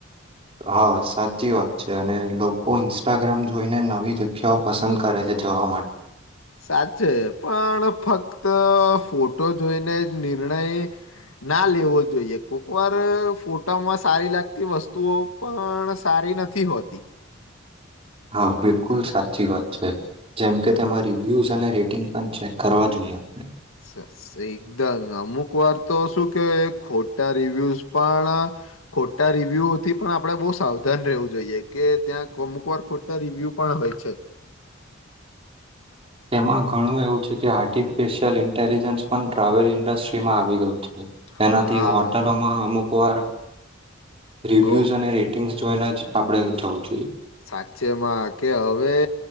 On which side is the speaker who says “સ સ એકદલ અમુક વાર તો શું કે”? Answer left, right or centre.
Left